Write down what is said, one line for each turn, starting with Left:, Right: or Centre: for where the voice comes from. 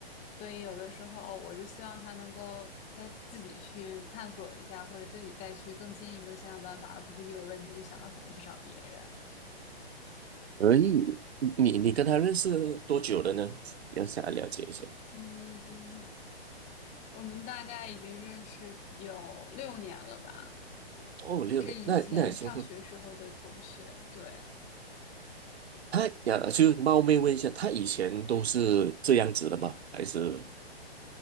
Left: 所以有的时候我就希望她能够再自己去探索一下，或者自己再去更进一步的想想办法，而不是一有问题就想到怎么去找别人。
Right: 可以。你你跟他认识多久了呢？要想要了解一下。
Left: 嗯，我们大概已经认识有六年了吧，
Right: 哦，六年，
Left: 是以前上学时候的同学。
Right: 那那也行。
Left: 对，
Right: 他呀，就是冒昧问一下，他以前都是这样子的吗？还是